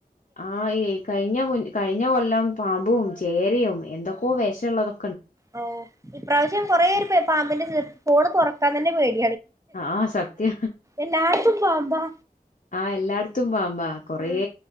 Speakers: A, on the left (about 55°); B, on the right (about 20°).
A: ആ എ കഴിഞ്ഞ കഴിഞ്ഞ കൊല്ലം പാമ്പും ചേരയും എന്തൊക്കോ വേഷ ഉള്ളതോ
B: ഓ ഇപ്രാവശ്യം കൊറേ പാമ്പിന്റെ ഫോണ് തെറക്കാൻ തന്നെ പേടി
A: ആ ആ സത്യ
B: എല്ലായിടത്തും പാമ്പാ
A: ആ എല്ലായിടത്തും പാമ്പാ കൊറേ
B: ഉം